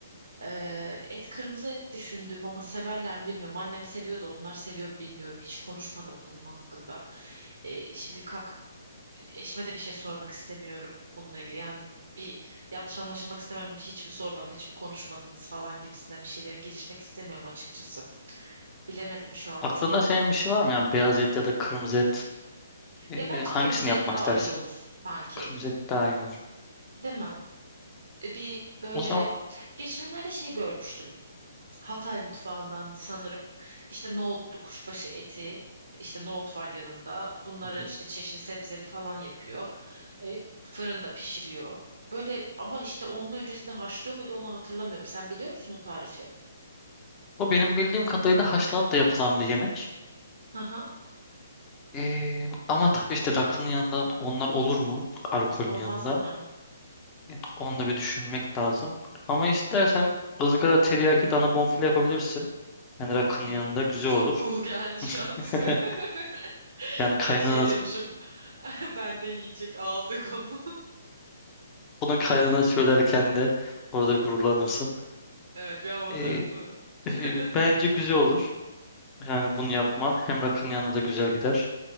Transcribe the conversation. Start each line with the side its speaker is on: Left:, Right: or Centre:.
Right: E, et kırmızı et düşündüm ama severler mi bilmiyorum. Annem seviyor da onlar seviyor mu bilmiyorum. Hiç konuşmadık bunun hakkında. E, şimdi kalkıp eşime de bir şey sormak istemiyorum bununla ilgili. Yani bir yanlış anlaşılmak istemem. Hiç mi sormadın, hiç mi konuşmadınız falan gibisinden bir şeylere girişmek istemiyorum açıkçası. Bilemedim şu an
Left: Aklında
Right: çok.
Left: senin bir şey var mı? Yani beyaz et ya da kırmızı et ee,
Right: Ya bence
Left: hangisini
Right: kırmızı
Left: yapmak
Right: et daha
Left: istersin?
Right: iyi olur sanki.
Left: Kırmızı et daha iyi olur.
Right: Değil mi? E, Bir böyle
Left: O zaman
Right: geçenlerde şey görmüştüm. Hatay mutfağından sanırım. işte nohutlu kuşbaşı eti, işte nohut var yanında. Bunları
Left: Hı hı.
Right: işte çeşni sebzeli falan yapıyor. E, fırında pişiriyor. Böyle ama işte onun öncesinde haşlıyor muydu onu hatırlamıyorum. Sen biliyor musun o tarifi?
Left: bu benim bildiğim kadarıyla haşlanıp da yapılan bir yemek.
Right: Hı hı.
Left: Ee, ama tabii işte rakının yanında onlar olur mu? Alkolün
Right: Olmaz
Left: yanında.
Right: değil mi?
Left: Yani Onu da bir düşünmek lazım. Ama istersen ızgara teriyaki dana bonfile yapabilirsin. Yani rakının
Right: Hı.
Left: yanında güzel
Right: Çok
Left: olur.
Right: cool <laughs> geldi şu an
Left: <laughs>
Right: ismi. <laughs>
Left: Yani
Right: Ben
Left: kaynana,
Right: şey diyormuşum. <laughs> Ben de yiyecek ağzı konu.
Left: bunu kaynana söylerken de orada bir gururlanırsın.
Right: <laughs> Evet bir avatarım
Left: Ee,
Right: değil mi? <laughs>
Left: e, bence güzel olur. Yani bunu yapman
Right: Tamam.
Left: hem rakının yanında da güzel gider.